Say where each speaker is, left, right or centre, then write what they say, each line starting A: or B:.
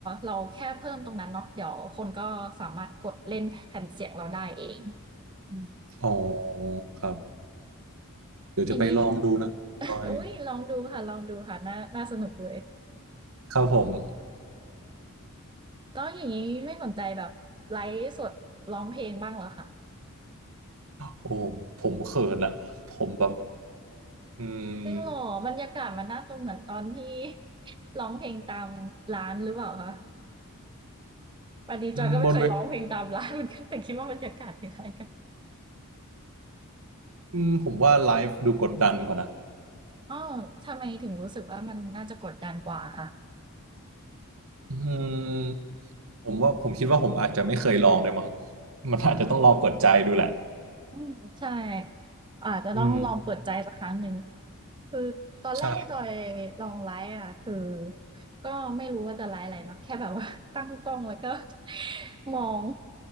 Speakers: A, on the right (about 20°); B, on the right (about 65°).
A: เราแค่เพิ่มตรงนั้นเนาะเดี๋ยวคนก็สามารถกดเล่นแผ่นเสียงเราได้เองอืม
B: อ๋อครับเดี๋ยวจะไปลองดูนะพน่จอย
A: อย่างนี้ <laughs> อุ้ยลองดูค่ะลองดูค่ะน่าน่าสนุกเลย
B: ครับผม
A: แล้วอย่างนี้ไม่สนใจแบบไลฟ์สดร้องเพลงบ้างเหรอคะ
B: โอ้ผมเขินอะผมแบบอืม
A: จริงเหรอบรรยากาศมันน่าจะเหมือนตอนที่ <laughs> ร้องเพลงตามร้านหรือเปล่าคะวันนี้จอยก็ไม่เคยร้องเพลงตามร้านเหมือนกัน
B: อืมบนเว
A: <laughs> แต่คิดว่าบรรยากาศคล้ายๆกัน
B: อืมผมว่าไลฟ์ดูกดดันกว่านะ
A: อ๋อทำไมถึงรู้สึกว่ามันน่าจะกดดันกว่าค่ะ
B: อืมผมว่าผมคิดว่าผมอาจจะไม่เคยลองด้วยมั้งมันอาจจะต้องลองเปิดใจดูแหละ
A: อืมใช่อาจจะต้องลองเปิดใจสักครั้งหนึ่ง
B: อืม
A: คือตอนแรกที่จอยลองไลฟ์อ่ะคือ
B: ใช่
A: ก็ไม่รู้ว่าจะไลฟ์อะไรเนาะแค่แบบว่า <laughs> ตั้งกล้องแล้วก็ <laughs> มอง